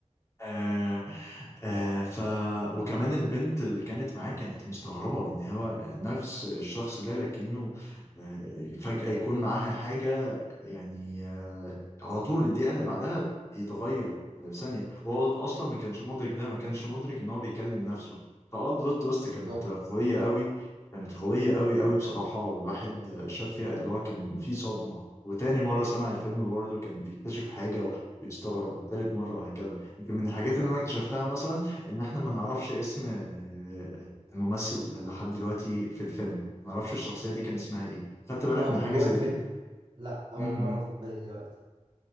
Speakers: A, on the left; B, on the right.
A: آه آه ف وكمان البنت اللي كانت معاه كانت مستغربة ان هو نفس الشخص ده لكنه آه فجأة يكون معاها حاجة يعني آه على طول الدقيقة اللي بعدها يتغير في ثانية هو اصلا ما كانش مدرك ده ما كانش مدرك ان هو بيكلم نفسه فاه بلوت تويست كانت
B: بالظبط
A: قوية قوي كانت قوية قوي قوي بصراحة والواحد شاف فيها اللي هو كان فيه صدمة وتاني مرة سمع الفيلم برضه كان بيكتشف حاجة وبيستغرب وتالت مرة وهكذا يمكن من الحاجات اللي انا اكتشفتها مثلا ان احنا ما نعرفش اسم آه، الممثل لحد دلوقتي في الفيلم ما نعرفش الشخصية دي كان اسمها ايه خدت بالك
B: اه
A: من
B: من
A: حاجة
B: جوه
A: زي
B: الفيلم
A: دي
B: لا أول
A: امم
B: مرة أخد بالي دلوقتي